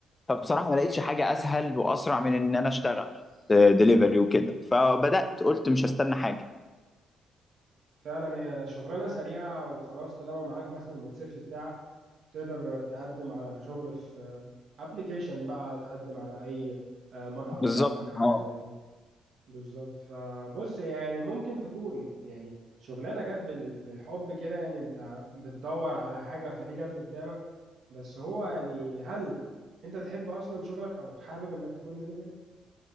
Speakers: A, on the left (about 20°); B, on the right (about 65°).
A: فبصراحة ما لقيتش حاجة أسهل وأسرع من إن أنا أشتغل دليفري وكده فبدأت قلت مش هستنى حاجة
B: فعلا هي شغلانة سريعة وخلاص طالما معاك مثلا الموتوسيكل بتاعك تقدر تقدم على شغل في ابلكيشن بقى تقدم على اي آه، مطعم
A: بالظبط
B: جنبك حاجة
A: اه
B: زي كده بالظبط فبص يعني ممكن تكون يعني شغلانة جت بال- بالحب كده يعني انت بتدور على حاجة فدي جت قدامك بس هو يعني هل انت تحب اصلا شغلك او حابب انك تكون دليفري